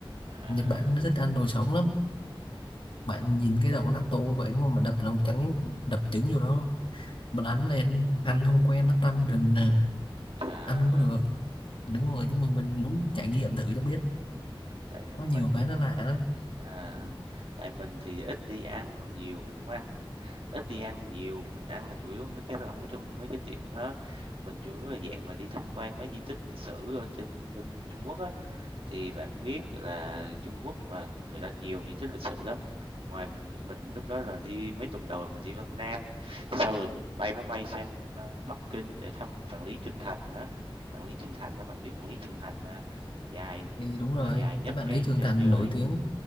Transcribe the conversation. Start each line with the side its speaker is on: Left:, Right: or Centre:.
Right: à,
Left: Nhật Bản nó thích ăn đồ sống lắm bạn nhìn cái đậu natto vậy đúng không mà đập lòng trắng đập trứng vô đó mà đánh lên ăn không quen nó tanh rình à,
Right: à
Left: ăn không có được đúng rồi nhưng mà mình muốn trải nghiệm thử cho biết
Right: tại
Left: có
Right: mình
Left: nhiều
Right: thì
Left: cái nó lạ lắm
Right: à, tại mình thì ít đi ăn nhiều mình cũng ăn ít đi ăn nhiều mình ăn chủ yếu mấy cái lẩu trong mấy cái tiệm đó mình chủ yếu là dạng mà đi tham quan mấy di tích lịch sử ở trên bên Trung Quốc á Thì bạn biết là Trung Quốc mà, người ta nhiều di tích lịch sử lắm. Ngoài mình mình lúc đó là đi mấy tuần đầu là mình đi Vân Nam, sau rồi mình bay máy bay sang, a, Bắc Kinh để thăm Vạn Lý Trường Thành á. Vạn Lý Trường Thành đó bạn biết Vạn Lý Trường Thành mà, dài,
Left: thì đúng
Right: gọi
Left: rồi
Right: là, dài nhất
Left: cái bạn
Right: cái
Left: Lý Trường
Right: thế
Left: Thành
Right: giới.
Left: nổi tiếng